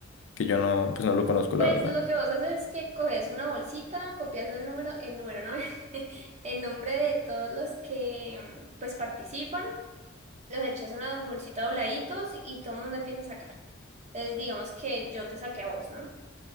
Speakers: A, on the left (about 65°); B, on the right (about 35°).
A: Que yo no, pues no lo conozco,
B: Pues
A: la verdad.
B: lo que vos haces es que coges una bolsita, copias el número, el número, ¿no? <laughs> El nombre de todos los que pues participan, los echas en la bolsita dobladitos y todo el mundo empieza a sacar. Entonces digamos que yo te saqué a vos, ¿no?